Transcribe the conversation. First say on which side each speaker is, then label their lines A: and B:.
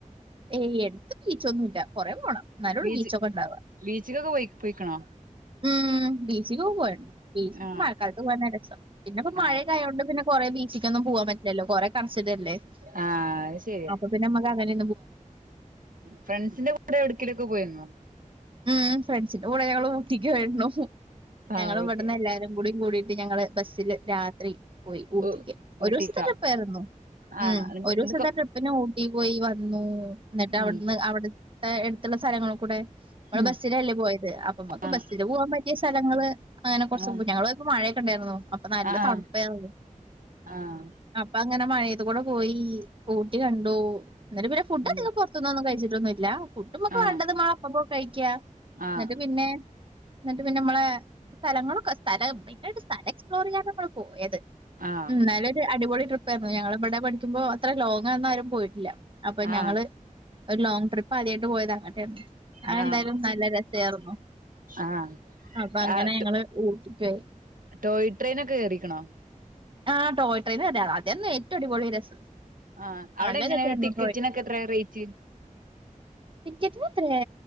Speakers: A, on the right; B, on the right.
A: ഏയ് എടുത്ത് പിച്ചൊന്നും ഇല്ല കുറെ പോണം എന്നാലോളു
B: ബീച്ച്
A: ബീച്ചൊക്കെ ഉണ്ടവാ
B: ബീച്ചിക്കൊക്കെ പോയി പോയിക്കണോ
A: ഉ ബീച്ചി പോണ്ട് ബീച്ചിക്ക്
B: ആ
A: മഴക്കാലത്ത് പോകന രസം പിന്നെ ഇ
B: ആ
A: മഴ കയത്ണ്ട് പിന്നെ കൊ ബീച്ചക്ക്ന്നും പോ <unintelligible>
B: ആ അത് ശരിയാ
A: അപ്പൊ പിന്നെ നമുക്ക് അങ്ങനെ.
B: ഫ്രണ്ട്സിന്റെ കൂടെ എവിടക്കലൊക്കെ പോയിന്നോ
A: ഉം ഫ്രണ്ട്സിന്റെ കൂടെ ഞങ്ങള് ഊട്ടിക്ക് പോയിരുന്നു.
B: ആഹ്
A: ഞങ്ങൾ ഇവിടുന്ന്
B: ഊട്ടി
A: എല്ലാരും. കൂ കൂടിട്ട് ഞങ്ങള് ബസ്സില് രാത്രി പോയി. ഊട്ടിക്ക
B: ഊ ഊട്ടിക്കാ
A: ഒരു ദിവസത്തെ ട്രിപ്പ ആായിരുന്നു.
B: ആഹ്
A: ഉം
B: എന്ത്
A: ഒരു ദിവസത്തൊ
B: എന്തൊക്കെ
A: ട്രിപ്പിന് ഊട്ടി പോയി വന്നു. എന്നിട്ട് അവിടുന്ന്
B: ഉം
A: അവിട എടുത്തുള്ള സ്ഥലങ്ങളൾ കൂടെ നമ്മള്
B: ഉം
A: ബസ്സിലല്ലേ പോയത്. അപ്പൊ നമുക്ക്
B: ആഹ്
A: ബസ്സില് പോകൻ പറ്റിയ സ്ഥലങ്ങള്. അങ്ങനെ കുറച്ച
B: ആഹ്
A: ഞങ്ങള് പോപ്പോ മഴയൊക്കെ ഉണ്ടായിരുന്നു. അപ്പൊ നല്ല
B: ആഹ്
A: തണുപ്പയിനു
B: ആഹ്
A: അപ്പ അങ്ങനെ മഴയത് കൂടെ പോയി ഊട്ടി കണ്ടു എന്നിട്ട്. പിന്നെ ഫുഡ്
B: ഉം
A: അധികം പുറത്തനിന്നൊന്നും കഴിച്ചില്ല. ഇല ഫുഡുംനമക്ക്
B: ആഹ്
A: വേണ്ടത്. നമള് അപ്പപ്പോ കഴിക്കാ
B: ആഹ്
A: എന്നിട്ട് പിന്നെ എന്നിട്ട് പിന്നെ നമ്മളെ സ്ഥലങ്ങളൊക്കെ സ്ഥലട്ട് സ്ഥലം എക്സ്പ്ലോർ ചെയ്യാ നമ്മള് പോയത്.
B: ആഹ്
A: ഉം നല്ലൊരു അടിപൊളി ട്രിപ്പ എന്നാൽ ഇനല് ഒരു അടിപൊളി ട്രിപ്പ് ആയിരുന്നു. ഞങ്ങൾ ഇവിടെ പഠിക്കുമ്പോ അത്ര ലോങ്ന്ന ആും പോയിട്ടില്ല. അപ്പൊ
B: ആഹ്
A: ഞങ്ങള് ഒരു ലോങ്ങ് ട്രിപ്പ് ആദ്യമായിട്ട് പോയത് അങ്ങട്ടെയരുന്നു. അെന്തായാലും
B: ആഹ്
A: നല്ല രസയരുന്നു.
B: ആഹ്
A: അപ്പൊ അങ്ങനെ
B: ആഹ്
A: ഞങ്ങള്
B: ടോ
A: ഊട്ടിയിക് പോയി
B: ടോയ് ട്രെയിന ഒക്കെ കേയറിക്കണോ?
A: ആഹ ടോയ് ട്രെയിൻ ആരുന്നു അതന്നെ ഏറ്റവും അടിപൊളി രസം
B: ആ അവിടെ
A: നല്ല
B: എങ്ങനെയ
A: രസായിരുന്നു
B: ടിക്കറ്റിനൊക്കെ എത്രയാ റേറ്റ്.
A: ടിക്കറ്റ് ത്രേ